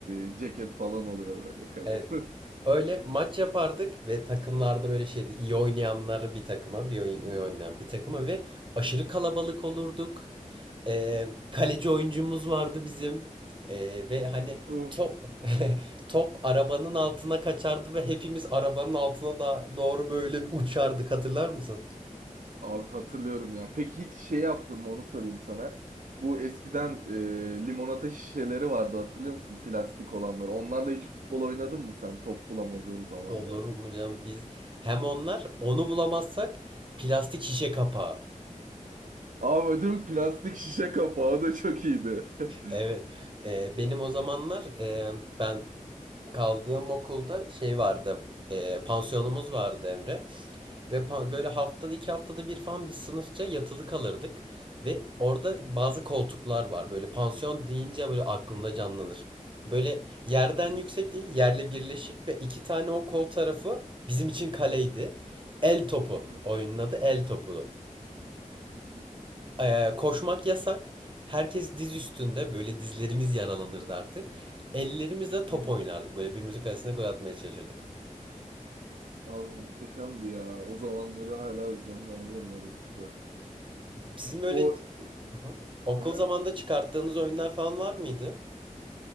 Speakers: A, on the right; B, on the right.
A: e, ceket falan oluyor böyle kalın.
B: Evet. Öyle maç yapardık ve takımlarda böyle şeydi. iyi oynayanları bir takıma, bir oyun,
A: <laughs>
B: iyi oynayan bir takıma ve aşırı kalabalık olurduk. Ee, kaleci oyuncumuz vardı bizim. Ee, ve hani
A: Of.
B: top <laughs> top arabanın altına kaçardı ve hepimiz arabanın altına da doğru böyle bir uçardık hatırlar mısın?
A: Abi hatırlıyorum ya. Peki hiç şey yaptın mı onu sorayım sana. Bu eskiden e, limonata şişeleri vardı hatırlıyor musun? Plastik olanlar. Onlarla hiç futbol oynadın mı sen top bulamadığın zaman
B: Olur
A: da?
B: mu canım biz hem onlar onu bulamazsak plastik şişe kapağı.
A: Abi ödüm plastik şişe kapağı o da çok iyiydi. <laughs>
B: Evet. Ee, benim o zamanlar e, ben Kaldığım okulda şey vardı. E, pansiyonumuz vardı Emre. Ve pan-
A: Hı hı.
B: böyle haftada iki haftada bir falan biz sınıfça yatılı kalırdık. Ve orada bazı koltuklar var. Böyle pansiyon deyince böyle aklında canlanır. Böyle yerden
A: Hı hı.
B: yüksek değil, yerle birleşik ve iki tane o kol tarafı bizim için kaleydi. El topu.
A: Hı
B: Oyunun adı el topu.
A: hı.
B: Ee, koşmak yasak. Herkes diz üstünde böyle dizlerimiz yaralanırdı artık. Ellerimizle top
A: Hı hı.
B: oynardık. Böyle birbirimizin kalesine gol atmaya çalışırdık.
A: Abi muhteşemdi ya. O zamanları hala özlemle anıyorum ara sıra.
B: Sizin böyle
A: O e,
B: Aha. okul
A: ha?
B: zamanında çıkarttığınız oyunlar falan var mıydı?